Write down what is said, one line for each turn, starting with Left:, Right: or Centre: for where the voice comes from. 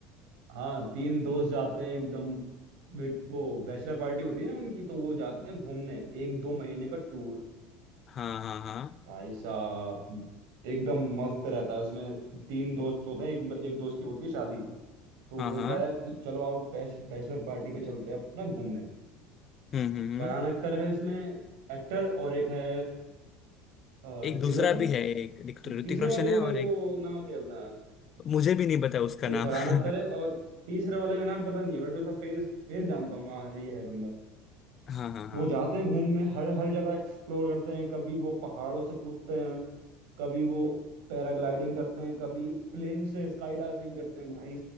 Right: हाँ तीन दोस्त जाते हैं एकदम वे- वो बैचलर पार्टी होती है ना उनकी तो वो जाते हैं घूमने एक दो महीने का टूर
Left: हाँ हाँ हाँ
Right: भाई साहब एकदम मस्त रहता है उसमें तीन दोस्त होते हैं एक एक दोस्त की होती है शादी तो वो
Left: हाँ
Right: बोलता
Left: हाँ
Right: है कि चलो आओ बैच, बैचलर पार्टी पे चलते हैं अपना घूमने
Left: हम्म हम्म
Right: फरहान
Left: हम्म।
Right: अख्तर है इसमें एक्टर और एक है अ,
Left: एक
Right: ऋतिक
Left: दूसरा
Right: रोशन
Left: भी है एक ऋतिक ऋतिक
Right: तीसरे
Left: रोशन
Right: वाले का
Left: है
Right: मेरे
Left: और एक
Right: को नाम याद ना है।
Left: मुझे भी नहीं पता उसका
Right: एक
Left: नाम
Right: फरहान अख्तर
Left: <laughs>
Right: है और तीसरे वाले का नाम पता नहीं है बट उसका फेस फेस जानता हूँ मैं हाँ ये है बंदा
Left: हाँ हाँ हाँ
Right: तो वो जाते
Left: हम्म
Right: हैं घूमने हर हर जगह एक्सप्लोर करते हैं कभी वो पहाड़ों से कूदते हैं कभी वो पैराग्लाइडिंग करते हैं कभी प्लेन से स्काई डाइविंग करते हैं भाई